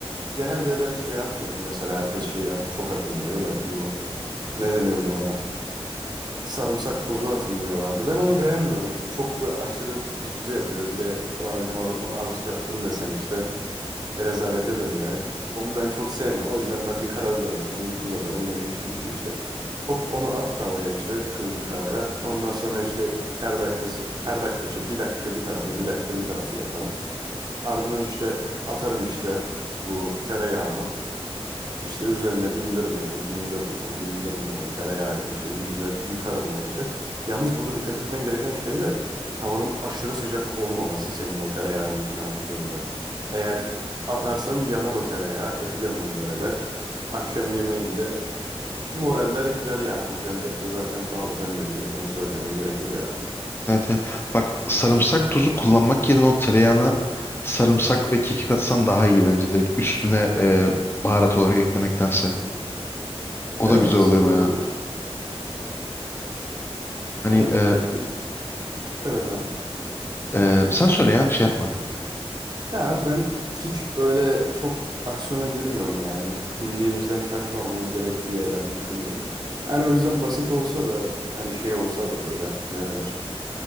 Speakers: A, on the right (about 40°); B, on the left (about 20°).
A: Genelde ben şey atmıyorum. Mesela herkes şey at, çok atın diyor da bu... Ne deniyordu ona? Sarımsak tozu atın diyorlardı. Ben onu beğenmiyorum. Çok böyle aşırı tuzlu yapıyor. Bir de ulan hani o- onu azıcık attın desen işte. Rezalete dönüyor. Evet, onu ben çok sevmiyorum. O yüzden ben bir karabiber atarım, bir tuz atarım. Benim işim bitmiştir. Hop onu at tavaya işte kızgın tavaya. Ondan sonra işte her dakikası her dakika işte bir dakika bir tarafı bir dakika bir tarafı yaparım. Ardından işte atarım işte bu tereyağımı. İşte üzerine bindiririm onu, bindiririm onu, bindiririm onu tereyağıyla. İşte bir güzel yıkarım o eti. Yalnız burada dikkat etmen gereken şey de tavanın aşırı sıcak olmaması senin o tereyağını içine attığında. Eğer atarsan yanar o tereyağı, eti de mındar eder. Akşam yemeğinde moraller gider yani alacağın et de zaten pahalı sen de biliyorsun onu söylememe gerek yok herhalde.
B: Evet evet. Bak sarımsak tozu kullanmak yerine o tereyağına sarımsak ve kekik atsan daha iyi bence. Direkt üstüne e, baharat olarak eklemektense. O
A: Evet
B: da güzel
A: aslında
B: oluyor bayağı.
A: olabilir.
B: Hani
A: Abi
B: e,
A: ye- evet abi.
B: e, sen söyle ya şey yapma.
A: Ya ben hiç öyle çok aksiyona girmiyorum yani. Bildiğimizden şaşmamamız gerek diye ben düşünüyorum. yani o yüzden basit olsa da hani şey olsa da böyle ne denir?